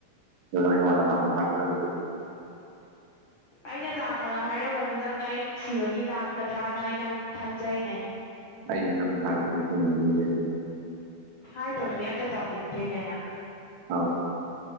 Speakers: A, on the right (about 70°); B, on the left (about 90°).
A: ꯑꯗꯨ ꯅꯪ ꯑꯩꯉꯣꯟꯗ ꯍꯥꯟꯅ ꯍꯥꯏꯕꯁꯨ ꯅꯠꯇꯦ
B: ꯑꯩꯅ ꯂꯥꯛꯄꯗ ꯍꯥꯏꯔꯝꯕꯗꯨ ꯅꯪꯅ ꯑꯩ ꯅꯨꯡꯁꯤꯕꯒꯤ ꯂꯥꯛꯀꯗ꯭ꯔꯥ ꯑꯩ ꯅꯪ ꯈꯟꯖꯩꯅꯦ
A: ꯑꯩꯗꯤ ꯅꯪꯅ ꯍꯥꯏꯕꯗꯤ ꯃꯇꯨꯡ ꯌꯦꯅꯤꯡꯉꯤꯁꯦ
B: ꯍꯧꯗꯔ꯭ꯗꯤ ꯑꯃꯇꯥ ꯇꯧꯅꯤꯡꯗꯦꯅꯦ ꯅꯡ
A: ꯑꯥꯎ